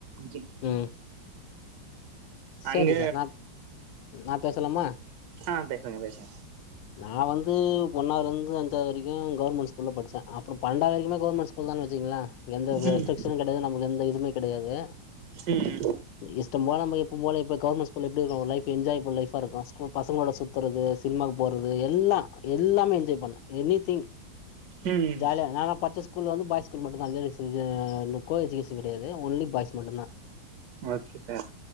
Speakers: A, on the right; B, on the left.
A: ஜி
B: ம் சேரி
A: அங்க
B: ஸார் நா நா பேசலாமா
A: ஆ பேசுங்க பேசுங்க
B: நா வந்து ஒன்னாவதுல இருந்து அஞ்சாவது வரைக்கூ கவர்மெண்ட் ஸ்கூல்ல படிச்சே அப்புறோ பன்னன்டாவது வரைக்குமே கவர்மெண்ட் ஸ்கூ ஸ்கூல் தா வச்சுக்கங்களே எந்த
A: ம்
B: ரெஸ்ட்க்ஷனு கிடையாது நமக்கு எந்த இதுவுமே கிடையாது
A: ம்
B: இஷ்டம் போல நமக் இப் இப்பவூ போல எப்போ கவர்மெண்ட் ஸ்கூல்ல எப்டி இருக்கோ ஒரு லைஃப் என்ஜாய்ஃபுல் லைஃப் ஆ இருக்கு ஸ்கூல் பசங்களோட சுத்துறது சின்மாக்கு போறது எல்லா எல்லாமே என்ஜாய் பண்ணே எனி திங்
A: ம் ம்
B: ஜாலியா நாங் பர்ச்சேஸ் ஸ்கூல வந்து ஃபாய்ஸ் ஸ்கூல் மட்டு தா லெடிஷ் ஜெ கோ எஜிகேஷன் கிடையாது ஒன்லி பாய்ஸ் மட்டுதா
A: அத் சோரி